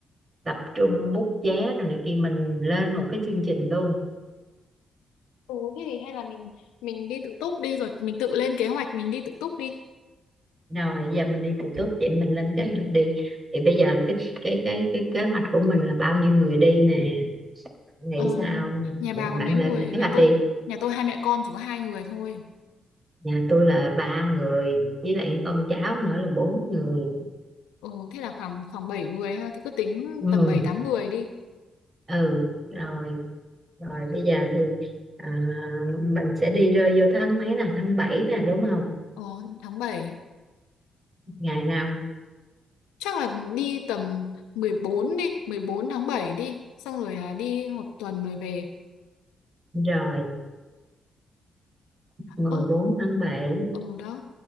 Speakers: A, on the right; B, on the left.
A: tập trung bút vé rồi này kia mình lên một cái chương trình luôn
B: Ừ, thế thì hay là mình mình đi tự túc đi rồi mình tự lên kế hoạch mình đi tự túc đi.
A: rồi giờ mình đi từ túc vậy mình lên kế hoạch đi thì bây giờ cái cái cái cái kế hoạch của mình là bao nhiêu người đi nè Bạn nghĩ
B: Ờ,
A: sao
B: nhà
A: Được,
B: bà có
A: bạn
B: mấy
A: lên
B: người?
A: được kế
B: Nhà
A: hoạch
B: tôi
A: đi
B: nhà tôi hai mẹ con chỉ có hai người thôi.
A: nhà tôi là ba người với lại con cháu nữa là bốn người
B: Ừ, thế là khoảng khoảng 7 người ha, thì cứ tính
A: ừ
B: tầm 7 8 người đi.
A: ừ rồi rồi bây giờ thì à, mình sẽ đi rơi vô tháng mấy nè tháng 7 nè đúng không
B: Ờ, tháng 7
A: ngày nào
B: chắc là đi tầm 14 đi 14 tháng 7 đi xong rồi à, đi một tuần rồi về
A: rồi mười
B: ơ
A: bốn tháng bảy
B: ừ đó